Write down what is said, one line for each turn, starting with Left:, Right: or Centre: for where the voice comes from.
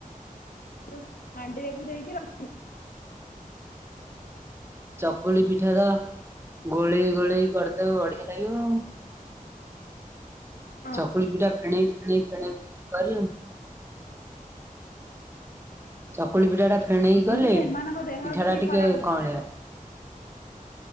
Left: ତ ହାଣ୍ଡିରେ ପୁରେଇକି ର
Right: ଚକୁଳି ପିଠାଟା ଗୋଳେଇ ଗୋଳେଇ କରିଦବ ବଢିଆ ଲାଗିବ।
Left: ରଖୁଥିଲେ
Right: ଚକୁଳି ପିଠା ଫେଣେଇ ଫେଣେଇ ଫେଣେଇ ଫେଣେଇ କରିବୁ ଚକୁଳି ପିଠାଟା ଫେଣେଇକି
Left: କିନ୍ତୁ
Right: କଲେ
Left: ସେମାନଙ୍କ ଦେହ
Right: ପିଠାଟା
Left: କିଛି
Right: ଟିକେ
Left: ଖରାପ ହେଉନଥିଲା
Right: କଅଁଳିଆ।